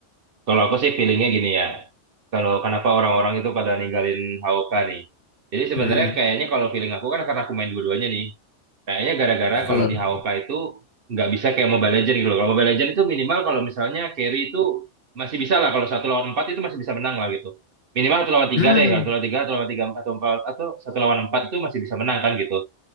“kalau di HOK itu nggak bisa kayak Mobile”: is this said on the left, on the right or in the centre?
Right